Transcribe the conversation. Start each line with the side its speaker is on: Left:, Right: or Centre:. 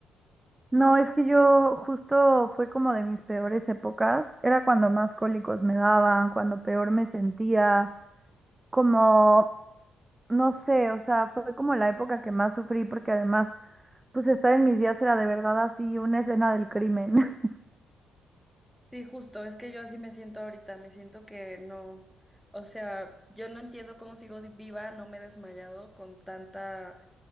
Right: No, es que yo justo fue como de mis peores épocas. Era cuando más cólicos me daban, cuando peor me sentía, como, no sé, o sea, fue como la época que más sufrí porque además, pues estar en mis días era de verdad así una escena del crimen. <laughs>
Centre: Sí, justo, es que yo así me siento ahorita, me siento que no, o sea, yo no entiendo cómo sigo viva, no me he desmayado con tanta